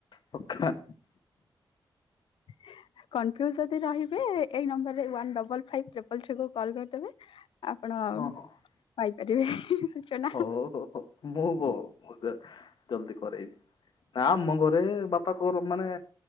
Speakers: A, on the left (about 65°); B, on the left (about 85°).
A: ପକ୍କା।
B: ହ <inaudible> କନ୍ଫ୍ୟୁଜ ଯଦି ରହିବେ ଏଇ ନମ୍ବରରେ one double five triple three କୁ କଲ୍ କରିଦେବେ। ଆପଣ
A: ହଁ ହଁ
B: ପାଇପାରିବେ ସୂଚନା।
A: ହଉ ହଉ ହଉ ମୁଁ ମୁଁ ଜଲଦି କରେଇବି। ନା ଆମ ଘରେ ବାପାଙ୍କର ମାନେ